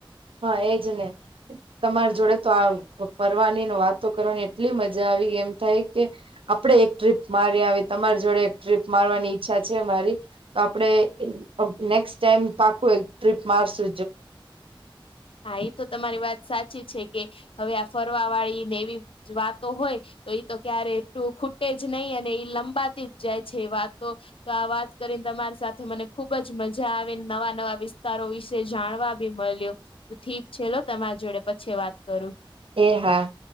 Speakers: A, on the right; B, on the left.
A: હા એજ ને. તમારી જોડે તો આ ફરવાની ને, વાતો કરવાની એટલી મજા આવી એમ થાય કે આપણે એક ટ્રીપ મારી આવિયે તમારી જોડે એક ટ્રીપ મારવાની ઈચ્છા છે મારી. તો આપડે નેક્સ્ટ ટાઈમ પાકુ એક ટ્રીપ મારશુ.
B: હા ઈ તો તમારી વાત સાચી છે કે હવે આ ફરવા વાળી અને એવી વાતો હોય તો એ તો ક્યારે ખૂટે જ નય અને ઈ લંબાતી જાય છે વાતો તો તો આ વાત કરીને તમારી સાથે મને ખુબ જ મજા આવે અને નવા નવા વિસ વીસતારો વિસે જાણવા બી મળ્યો. ઠીક છે લો તમારા જોડે પછી વાત કરુ.
A: એ હા.